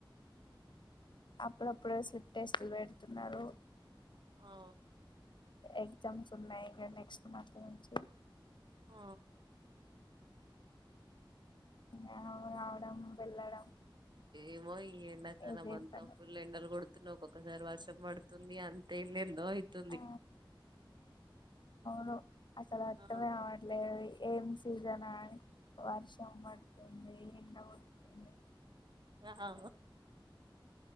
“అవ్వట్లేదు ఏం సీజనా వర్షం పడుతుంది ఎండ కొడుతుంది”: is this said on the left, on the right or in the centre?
Left